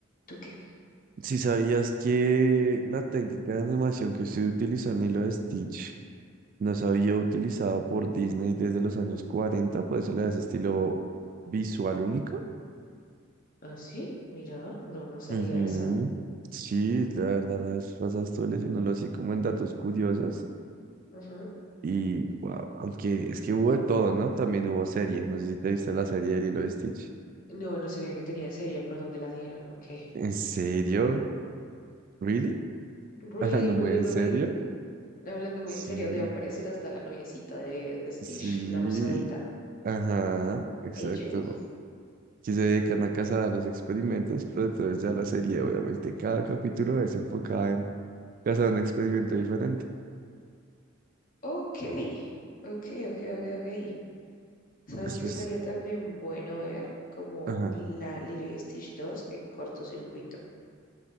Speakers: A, on the left; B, on the right.
A: ¿Tú qué?
B: si sabías que la técnica de animación que se utilizó en Lilo de Stitch No se había utilizado por Disney desde los años 40, por eso le da ese estilo visual único.
A: Ah, sí, mira, no, no sabía
B: Ujú.
A: esa.
B: Sí, la verdad, la vez pasada estuve leyéndolo así como en datos curiosos.
A: Ujú.
B: Y wow, aunque es que hubo de todo, ¿no? También hubo serie. No sé si te viste la serie de Lilo y Stitch.
A: No, no sabía que tenía serie, por donde la dieron, ok.
B: ¿En serio? ¿Really? <laughs>
A: Really,
B: ¿Hablando
A: really,
B: muy en
A: really.
B: serio?
A: Hablando muy
B: Sí,
A: en serio, debe aparecer hasta la noviecita de, de Stitch,
B: sí.
A: la rosadita,
B: Ajá, exacto.
A: Angel.
B: que se dedican a cazar a los experimentos, pero entonces ya la serie, obviamente, cada capítulo es enfocada en cazar un experimento diferente.
A: Ok, ok, ok, ok, ok. ¿Sabes
B: Después,
A: qué estaría también bueno ver? Como
B: ajá,
A: la Lilo y Stitch dos en cortocircuito.